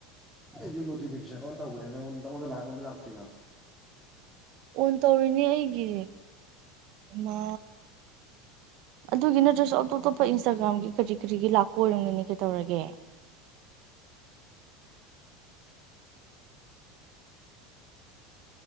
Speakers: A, in the centre; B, on the right.
A: ꯑꯩꯁꯨ ꯅꯣꯇꯤꯐꯤꯀꯦꯁꯟ ꯑꯣꯟ ꯇꯧꯕꯅꯦ ꯅꯪꯟ ꯅꯉꯣꯟꯗ ꯂꯥꯛꯉꯗ ꯂꯥꯛꯇ꯭ꯔꯤꯕꯥ
B: ꯑꯣꯟ ꯇꯧꯔꯤꯅꯦ ꯑꯩꯒꯤ ꯃ ꯑꯗꯨꯒꯤ ꯅꯠꯇ꯭ꯔꯁꯨ ꯑꯇꯣꯞ ꯑꯇꯣꯞꯄ ꯏꯟꯁꯇꯥꯒ꯭ꯔꯥꯝꯒꯤ ꯀꯔꯤ ꯀꯔꯤꯒꯤ ꯂꯥꯛꯄ ꯑꯣꯏꯔꯝꯒꯅꯤ ꯀꯩꯗꯧꯔꯒꯦ